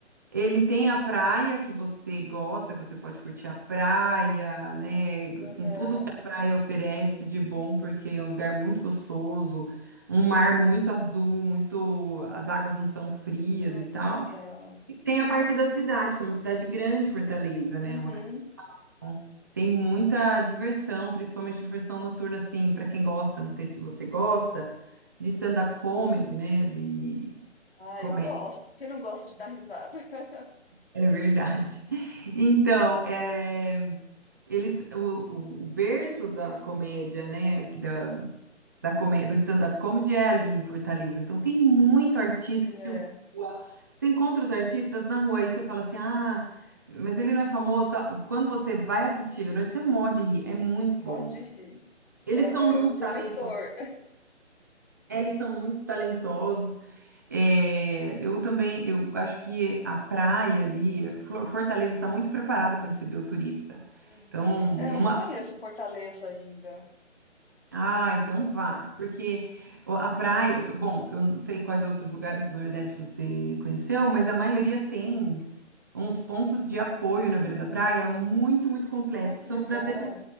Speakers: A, on the right (about 15°); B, on the left (about 50°).
A: Ele tem a praia que você gosta, que você pode curtir a praia, né? Com
B: aham.
A: tudo que a praia oferece de bom, porque é um lugar muito gostoso, um mar muito azul, muito. As águas não são frias
B: Ai,
A: e tal.
B: que legal.
A: E tem a parte da cidade, que é uma cidade grande, Fortaleza, né?
B: Uhum.
A: Uma Bom, Tem muita diversão, principalmente diversão noturna, assim, para quem gosta, não sei se você gosta, de stand-up comedy, né? De
B: Ah,
A: comédia,
B: eu gosto. Quem não gosta de dar risada? <laughs>
A: é verdade. <laughs> Então, é, eles, o, o- o berço da comédia, né? que Da, da comédia, do stand-up comedy é ali em Fortaleza. Então, tem muito
B: Sim,
A: artista
B: é.
A: de rua. Você encontra os artistas na rua e você fala assim, ah, mas ele não é famoso. tal. Quando você vai assistir ele à noite, você morre de rir. É muito bom.
B: Morre de rir.
A: Eles
B: É, é-
A: são muito
B: é um promissor.
A: talentosos, eles são muito talentosos. É, eu também, eu acho que a praia ali, Flor- Fortaleza está muito preparada para receber o turista.
B: Uhum.
A: Então,
B: É,
A: numa,
B: eu não conheço Fortaleza ainda.
A: ah, então vá, porque o- a praia, t- bom, eu não sei quais outros lugares do Nordeste você conheceu, mas a maioria tem uns pontos de apoio na beira da praia muito, muito completos,
B: Ai, que
A: que são
B: legal.
A: verdadeiros